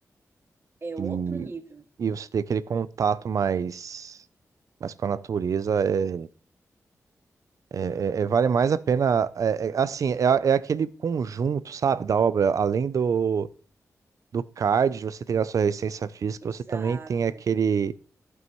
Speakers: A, on the right; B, on the right.
A: É outro
B: e,
A: nível.
B: e você tem aquele contato mais, mais com a natureza, é, é- é- é- vale mais a pena. é- é- assim, é, a- é aquele conjunto, sabe, da obra. Além do, do cardio, você tem a sua resistência física,
A: Exato,
B: você também tem aquele,